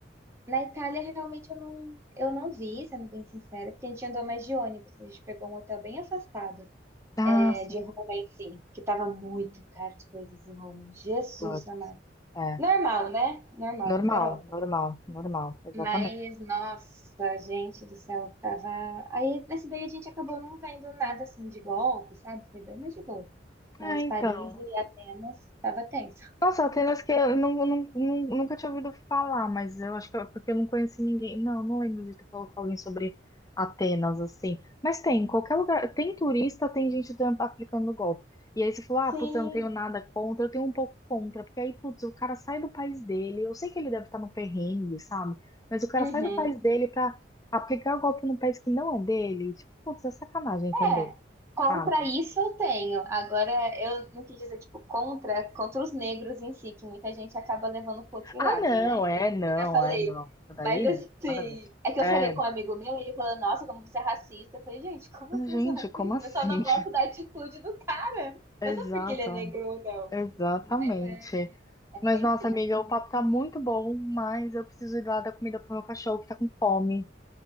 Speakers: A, on the right; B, on the left.
A: na Itália, realmente, eu não, eu não vi, sendo bem sincera, porque a gente andou mais de ônibus. A gente pegou um hotel bem afastado,
B: Ah,
A: é,
B: sim.
A: de Roma em si, que tava muito caro as coisas em Roma. Jesus
B: Putz,
A: amado.
B: É.
A: Normal, né? Normal,
B: Normal,
A: Europa.
B: normal, normal. Exatamente.
A: Mas, nossa, gente do céu, tava. Aí, nesse daí, a gente acabou não vendo nada assim de golpe, sabe? Foi bem mais de boa. Mas
B: Ah, então.
A: Paris e Atenas tava tenso.
B: Nossa, Atenas que eu não, não- não- nunca tinha ouvido falar, mas eu acho que é porque eu não conheci ninguém. Não, não lembro de ter falado com alguém sobre Atenas, assim. Mas tem, em qualquer lugar. Tem turista, tem gente dan- aplicando golpe. E aí você falou,
A: Sim.
B: ah, putz, eu não tenho nada contra, eu tenho um pouco contra, porque aí, putz, o cara sai do país dele. Eu sei que ele deve estar no perrengue, sabe? Mas o cara
A: Uhum.
B: sai do país dele pra aplicar o golpe num país que não é dele. Tipo, putz, é sacanagem
A: É,
B: também,
A: contra
B: sabe?
A: isso eu tenho. Agora, eu não quis dizer, tipo, contra, contra os negros em si, que muita gente acaba levando pro outro
B: Ah,
A: lado,
B: não,
A: né? <laughs>
B: é,
A: Então, por
B: não,
A: isso que eu até falei.
B: é, não. Isso daí,
A: Mas, assim,
B: nada a ver.
A: é que eu
B: É,
A: falei com um amigo meu e ele falou, nossa, como você é racista. Eu falei, gente, como assim
B: gente,
A: eu sou racista?
B: como assim?
A: Eu só não gosto
B: <laughs>
A: da atitude do cara.
B: Exato,
A: Não é só porque ele é negro ou não.
B: exatamente.
A: Mas é, é
B: Mas,
A: tem
B: nossa,
A: sim,
B: amiga,
A: assim.
B: o papo tá muito bom, mas eu preciso ir lá dar comida pro meu cachorro que tá com fome.